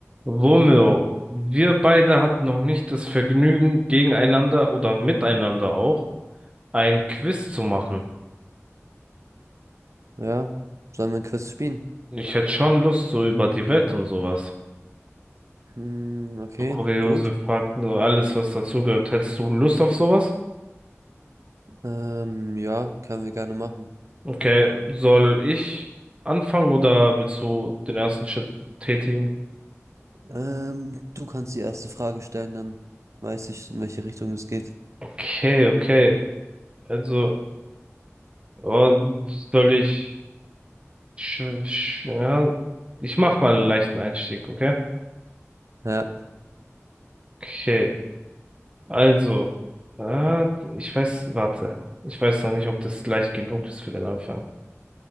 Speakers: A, on the right; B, on the right.
A: Romeo, wir beide hatten noch nicht das Vergnügen, gegeneinander oder miteinander auch ein Quiz zu machen.
B: Ja, sollen wir ein Quiz spielen?
A: Ich hätte schon Lust, so über die Welt und sowas.
B: Hm, okay,
A: So Kuriose
B: gut.
A: Fakten, so alles, was dazugehört. Hättest du Lust auf sowas?
B: Ähm, ja, können wir gerne machen.
A: Okay, soll ich anfangen oder willst du den ersten Schritt tätigen?
B: Ähm, du kannst die erste Frage stellen, dann weiß ich, in welche Richtung es geht.
A: Okay, okay. Also, oh, soll ich... sch- sch- Ja, ich mach mal einen leichten Einstieg, okay?
B: Ja,
A: Okay. Also, äh, ich weiß, warte. Ich weiß noch nicht, ob das leicht genug ist für den Anfang.